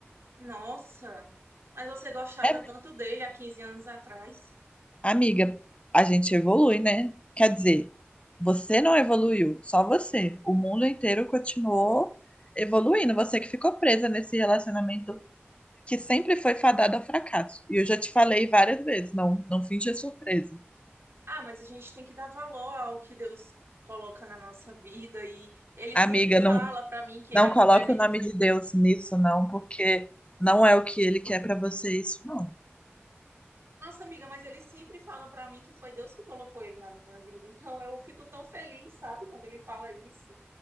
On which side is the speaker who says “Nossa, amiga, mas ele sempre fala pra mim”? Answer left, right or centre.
Right